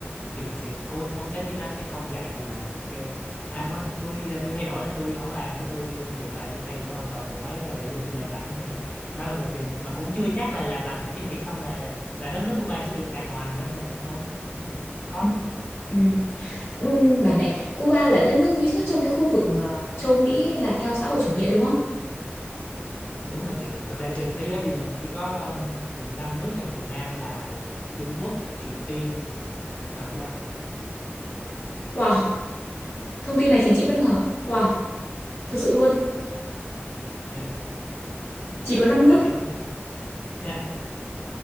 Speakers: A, on the left; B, on the left.
A: thì mình sẽ cố sống chết với nó chứ không dạy gì mà mình kêu à thôi tôi giờ tôi thay đổi này tôi không làm nữa tôi nhường lại tôi thay đổi hoàn toàn bộ máy rồi giờ tôi làm lành với Mỹ đó là một điều mà cũng chưa chắc là làm lành với Mỹ xong là là đất nước Cuba sẽ được đàng hoàng nữa nên là thôi Ừ, khó
B: Ừ.
A: lắm
B: Ừ. Ừ, bà này, Cuba là đất nước duy nhất trong cái khu vực ờ, châu Mỹ là theo xã hội chủ nghĩa đúng không?
A: Đúng rồi chị, thực ra trên thế giới bây giờ cũng chỉ có um, hình như năm nước nha, Việt Nam, Lào, Trung Quốc, Triều Tiên và Cuba.
B: Wow, thông tin này khiến chị bất ngờ. Wow, thật sự luôn.
A: Yeah,
B: Chỉ có 5
A: sẽ
B: nước
A: chị bất ngờ. Yeah,